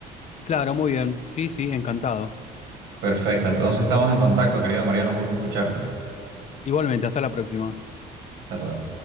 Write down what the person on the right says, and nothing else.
Perfecto, entonces estamos en contacto, querido Mariano, un gusto escucharte.
Hasta luego.